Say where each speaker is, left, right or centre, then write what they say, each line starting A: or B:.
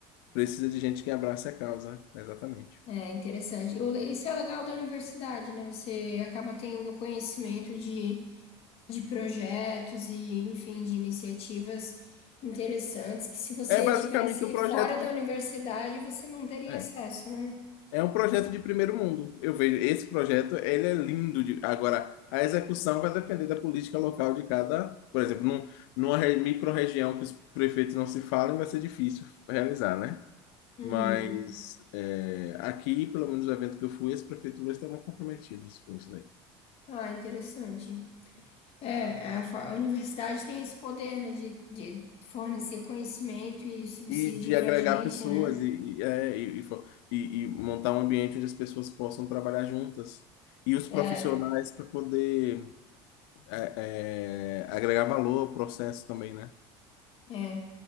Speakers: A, on the left (about 75°); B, on the left (about 55°).
A: precisa de gente que abrace a causa, exatamente.
B: É interessante. O le- Isso é legal da universidade, né? Você acaba tendo conhecimento de, de projetos e, enfim, de iniciativas interessantes que se você
A: É basicamente
B: tivesse
A: um projeto
B: fora
A: de,
B: da universidade, você não teria
A: é,
B: acesso, né?
A: É um projeto de primeiro mundo. Eu vejo esse projeto, ele é lindo. De... Agora, a execução vai depender da política local de cada, por exemplo, num, numa re- micro-região que os prefeitos não se falam, vai ser difícil realizar, né?
B: Uhum.
A: Mas é, aqui, pelo menos no evento que eu fui, as prefeituras estavam comprometidas com isso daí.
B: Ah, interessante. É, é a, fa- a universidade tem esse poder, né, de, de fornecer conhecimento e subsídio
A: E de
B: pra
A: agregar
B: gente,
A: pessoas
B: né?
A: e, e, é, e, e fo- e- e montar um ambiente onde as pessoas possam trabalhar juntas. E os
B: É,
A: profissionais para poder é, é, agregar valor ao processo também, né?
B: é.